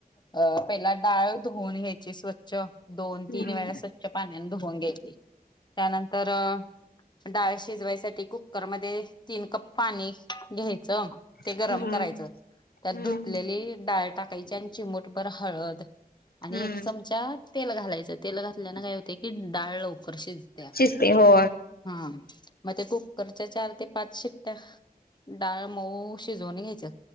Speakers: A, on the left; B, on the left.
A: अ पहिला डाळ धुवून घ्यायची स्वच्छ दोन
B: हम्म
A: तीन वेळा स्वच्छ पाण्यानं धुवून घ्यायची, त्यानंतर अ डाळ शिजवायसाठी कुकर मध्ये, तीन कप पाणी घ्यायचं, ते
B: हम्म
A: गरम करायचं, त्यात
B: हम्म
A: दूध ते डाळ टाकायची आणि चिमूटभर हळद, आणि
B: हम्म
A: एक चम चा तेल घालायचं, तेल घातल्याने काय होतंय की डाळ लवकर कर शिजत्या,
B: शिजते हो
A: हं, मग ते कुकरच्या चार ते पाच शिट्ट्या डाळ मऊ शिजवून घ्यायचं,